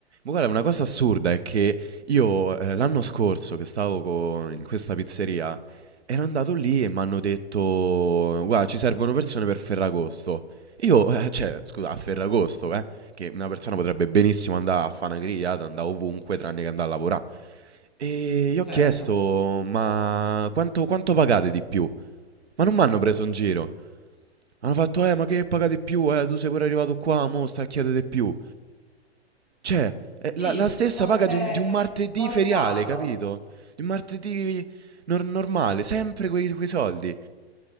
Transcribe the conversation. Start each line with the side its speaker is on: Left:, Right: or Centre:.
Right: ma guarda, una cosa assurda è che io, ehm, l'anno scorso che stavo co in questa pizzeria, ero andato lì e m'hanno detto: "Guarda, ci servono persone per Ferragosto". Io, eh, cioè, scusa, a Ferragosto, eh, che una persona potrebbe benissimo andà a fa' 'na grigliata, andà ovunque tranne che andà a lavorà. E gli ho
Centre: certo.
Right: chiesto: "Ma quanto quanto pagate di più?" Ma non m'hanno preso in giro. Hanno fatto: "Eh, ma che pagate di più? Eh, tu sei pure arrivato qua, mo' stai a chiedere di più". Cioè, è la,
Centre: Sì,
Right: la
Centre: come
Right: stessa
Centre: fosse
Right: paga di un, di un martedì
Centre: contato.
Right: feriale, capito? Di un martedì nor- normale, sempre quei, quei soldi.